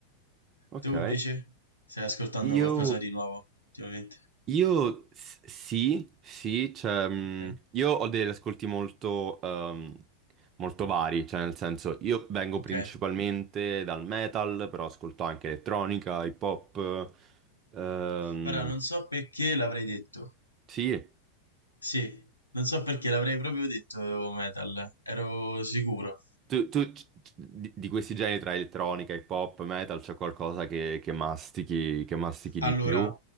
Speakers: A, on the right; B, on the left.
A: Ok.
B: Tu invece stai ascoltando
A: Io...
B: qualcosa di nuovo ultimamente?
A: Io s- sì, sì, cioè, mh,
B: Ok.
A: io ho degli ascolti molto, ehm, molto vari, cioè nel senso io vengo
B: Ok.
A: principalmente dal metal, però ascolto anche elettronica, hip hop, ehm,
B: Ora non so perché l'avrei detto.
A: Sì.
B: Sì, non so perché l'avrei proprio detto oh, metal, ero sicuro.
A: Tu, tu c- c- di, di questi generi tra elettronica, hip hop, metal, c'è qualcosa che, che mastichi, che mastichi di
B: Allora,
A: più?